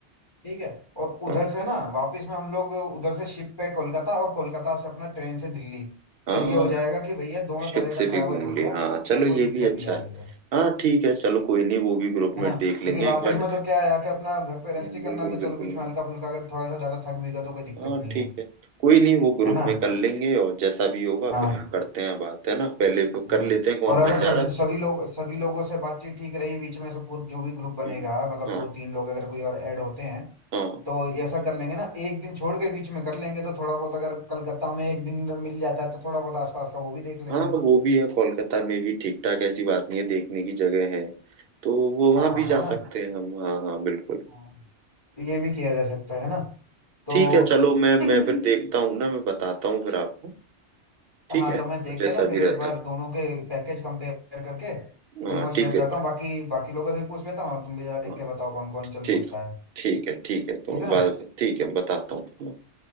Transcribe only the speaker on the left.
ठीक है और उधर
से ना वापस में हम लोग उधर से शिप पे कोलकाता और कोलकाता से अपना ट्रेन से दिल्ली
तो ये हो जाएगा कि भैया दोनों
तरह
का
ट्रैवल
हो गया
कोई
दिक्कत
नहीं आ
रही है
है
ना
क्योंकि
वापस
में तो क्या है आके अपना घर पे रेस्ट
ही
करना तो
चलो बीच में हल्का फुल्का अगर थोड़ा सा ज्यादा थक भी गए तो कोई दिक्कत
नहीं
है
है ना
हाँ
हाँ
और अगर
सब
सभी लोग सभी लोगों से बातचीत ठीक रही बीच में सब पूर- जो भी ग्रुप बनेगा
मतलब
दो तीन लोग अगर कोई और ऐड होते हैं
तो ये ऐसा कर लेंगे ना एक दिन छोड़ के बीच में कर लेंगे तो थोड़ा बहुत अगर कलकत्ता में एक दिन मिल जाता है तो थोड़ा बहुत आसपास का वो भी देख लेंगे
हाँ
है ना
हाँ तो ये भी किया जा सकता है ना तो
<clears throat>
हाँ
तो मैं देख
के ना
फिर
एक बार
दोनों के पैकेज कंपेयर करके
फिर मैं शेयर
करता हूँ बाकी बाकी लोगों से भी पूछ लेता हूँ और तुम भी जरा देख
के बताओ कौन कौन चल
सकता है
ठीक है ना